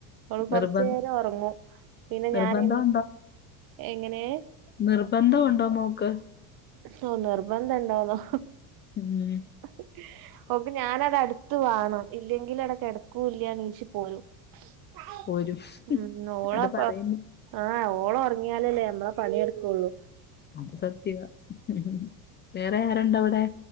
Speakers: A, on the right; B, on the left.
A: അവള് കൊർച്ചേര
B: നിർബ
A: ഒർങ്ങും പിന്നെ
B: നിർബന്ധം
A: ഞാൻ എണീ എങ്ങനെ?
B: നിർബന്ധഉണ്ടോ മോക്ക്?
A: പഷേ നിർബന്ധ ഉണ്ടോന്നോ
B: ഉം
A: അഹ് ഓക്ക് ഞാനത്ട്ത ത്ത് വേണം ഇല്ലെങ്കില് അവ്ടെ ക്ക്ടക്കൂല്ല നീഷ് പോരും ആഹ്
B: പോരും.
A: ഓളപ്പ
B: അത് പറയുന്നു
A: ആഹ് ഓള് ഒറങ്ങിയാലല്ലേ ന്നമ്മളെ പണിയട്ക്കൊള്ളൂ.
B: അത് സത്യവാ ഹ് ഹ് ഹ് വേറെ ആരുണ്ട് അവിടെ?